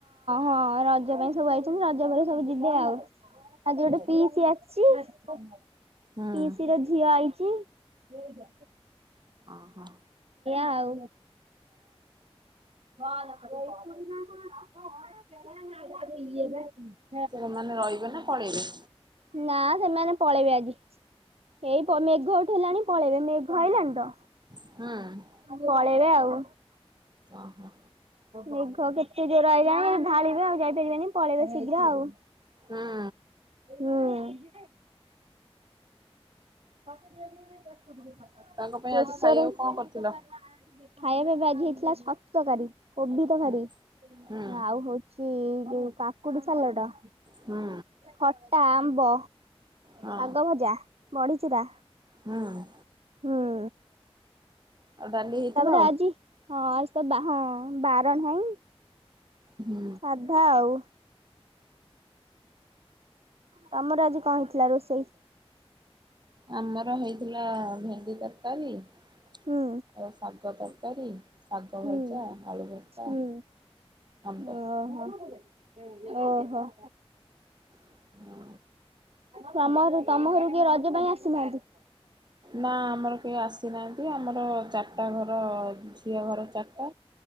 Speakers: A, on the right; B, on the right.
A: ହଁ ରଜ ପାଇଁ ସବୁ ଆଇଚନ୍ତି। ରଜ ପରେ ସବୁ ଯିବେ ଆଉ। ଆଜିି ଗୋଟେ ପିଇସି ଆସିଚି। ପିଇସି
B: ହୁଁ।
A: ର ଝିଅ ଆଇଚି। ଏଇଆ
B: ଓହୋ
A: ଆଉ। ଇଏ ପା
B: ସେମାନେ ରହିବେ ନା ପଳେଇବେ?
A: ନା ସେମାନେ ପଳେଇବେ ଆଜି। ଏଇ ପ ମେଘ ଉଠେଇଲାଣି ପଳେଇବେ ମେଘ ଆଇଲାଣି ତ
B: ହୁଁ।
A: ପାଲେଇବେ ଆଉ
B: ଅ ହ।
A: ମେଘ କେତେ ଜୋର ଆଇଲାଣି ଢାଳିବେ ଆଉ ଯାଇପାରିବେନି ପଳେଇବେ ଶୀଘ୍ର ଆଉ
B: ହୁଁ
A: ହୁଁ। ଜୋର
B: ତାଙ୍କ ପାଇଁ ଆଜି
A: ସୋରେ
B: ଖାଇବାକୁ
A: ଖାଇବା
B: କଣ କରିଥିଲ?
A: ପା ଆଜି ହେଇଥିଲା ସତୁ ତକାରୀ କୋବି ତକାରୀ
B: ହୁଁ ହୁଁ
A: ଆଉ ହଉଛି ଯୋଉ କାକୁଡି ସାଲଟ
B: ହୁଁ।
A: ଖଟା ଆମ୍ବ
B: ହଁ
A: ଶାଗ ଭଜା ବଡି ଚୁ ଚୁରା
B: ହୁଁ।
A: ହୁଁ।
B: ଆଉ ଡାଲି ହେଇଥିବ
A: ତାପରେ
B: ଆଉ
A: ଆଜି ହଁ ଆଜି ତ ବା ହଁ ବାର ନାହିଁ।
B: ହୁଁ
A: ସାଧା ଆଉ ତମର ଆଜି କ ହେଇଥିଲା ରୋଷେଇ?
B: ଆମର ହେଇଥିଲା ଭେଣ୍ଡି ତରକାରୀ ଆଉ
A: ହୁଁ
B: ଶାଗ ତରକାରୀ ଶାଗ
A: ହୁଁ
B: ଭଜା ଆଳୁ ଭର୍ତ୍ତା
A: ହୁଁ
B: ଆମ୍ବ
A: ଓ ହୋ। ଓହୋ।
B: <unintelligible>
A: ତମ ଘରୁ ତମ ଘରୁ କିଏ ରଜ ପାଇଁ ଆସିନାହାନ୍ତି।
B: ନା ଆମର କେହି ଆସିନାହାନ୍ତି। ଆମର
A: ଓହୋ।
B: ଚାଟା ଘର ଝିଅ ଘର ଚାଟା